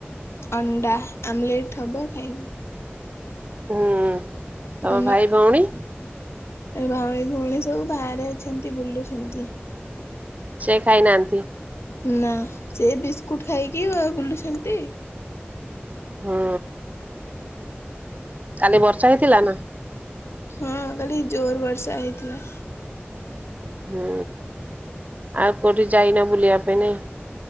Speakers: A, on the left (about 85°); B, on the right (about 35°).
A: ଅଣ୍ଡା ଆମଲେଟ୍ ହେବ ଖାଇବୁ।
B: ହୁଁ। ତମ
A: ତମା
B: ଭାଇ ଭଉଣୀ
A: ଏ ଭାଇ ଭଉଣୀ ସବୁ ବାହାରେ ଅଛନ୍ତି ବୁଲୁଛନ୍ତି।
B: ସେ ଖାଇନାହାନ୍ତି?
A: ନା ସେ ବିସ୍କୁଟ୍ ଖାଇକି ବୁଲୁଛନ୍ତି।
B: ହୁଁ। କାଲି ବର୍ଷା ହେଇଥିଲା ନା?
A: ହୁଁ କାଲି ଜୋରେବର୍ଷା ହେଇଥିଲା।
B: ହୁଁ ଆଉ କୋଉଠି ଯାଇନ ବୁଲିବା ପାଇଁ ନାଇଁ?